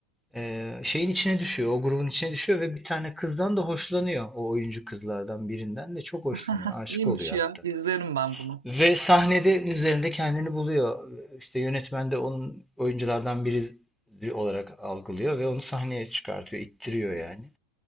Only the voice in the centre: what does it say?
e, şeyin içine düşüyor, o grubun içine düşüyor ve bir tane kızdan da hoşlanıyor. O oyuncu kızlardan birinden de çok hoşlanıyor,
aşık
oluyor
hatta.
Ve sahnede üzerinde kendini buluyor. İşte yönetmen de onun oyunculardan biri olarak algılıyor ve onu sahneye çıkartıyor, ittiriyor yani.